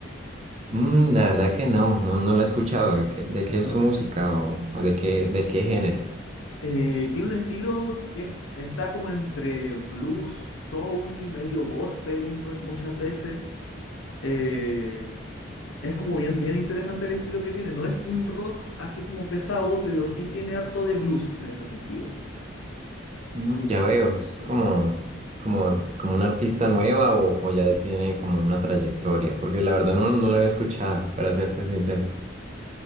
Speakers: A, on the right (about 30°); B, on the left (about 80°).
A: Mm, la verdad que no, no, no la he escuchado. ¿De qué, de qué
B: ¿no?
A: es su música o de qué, de qué género?
B: Eh, tiene un estilo que es- está como entre blues, soul, medio gospel mu- muchas veces. Eh, es como bien, bien interesante el estilo que tiene. No es un rock así como pesado, pero sí tiene harto de blues en ese sentido.
A: Mm, Ya veo, es como, como, como una artista nueva o, o ya tiene como una trayectoria, porque la verdad no, no la había escuchado, para serte sincero.